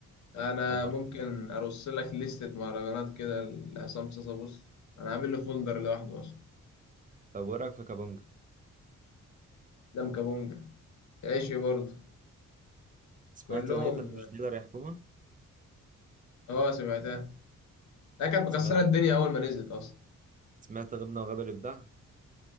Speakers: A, on the left (about 60°); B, on the right (about 25°).
A: أنا
B: وعمر
A: ممكن أرص لك لستة مهرجانات كده لعصام صاصا بص أنا عامل له فولدر لوحده أصلا
B: طب وايه رايك في كابونجا
A: لم كابونجا عيشي برضه
B: سمعت
A: كلهم
B: اغنيه أنا مش ديلر يا حكومه
A: اه سمعتها لا كانت
B: سمعت
A: مكسرة الدنيا أول ما نزلت أصلا
B: سمعت غبنا وغاب الابداع